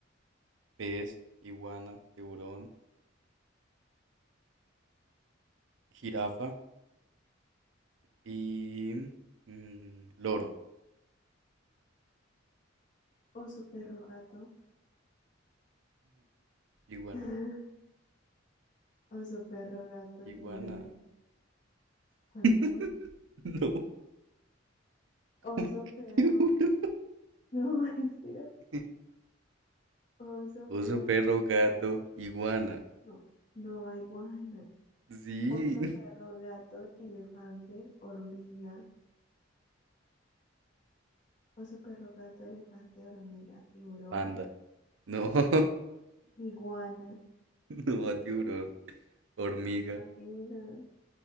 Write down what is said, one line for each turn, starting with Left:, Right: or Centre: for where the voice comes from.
Right: pez, iguana, tiburón, jirafa y mm, loro. <laughs>
Left: oso, perro, gato,
Right: Iguana,
Left: <laughs> oso, perro, gato,
Right: iguana.
Left: tiburón, ¿cuál
Right: <laughs>
Left: más?
Right: No,
Left: Oso,
Right: ¿cómo que
Left: perro,
Right: tiburón?
Left: <laughs> no, espérate,
Right: <laughs>
Left: oso,
Right: Oso,
Left: perro,
Right: perro, gato,
Left: gato,
Right: iguana.
Left: no, no hay guana,
Right: Sí,
Left: oso, perro, gato, elefante, hormiga, oso, perro, gato, elefante, hormiga, tiburón,
Right: panda. No, <laughs>
Left: iguana,
Right: no, tiburón. Hormiga,
Left: no, tiburón.